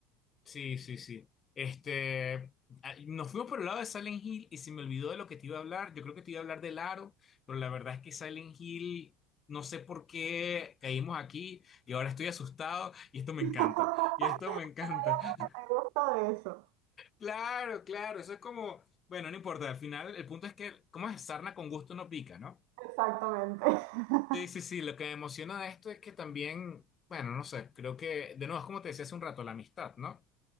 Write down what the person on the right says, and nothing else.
<laughs> Hay
algo
que me gusta de eso.
Exactamente. <laughs>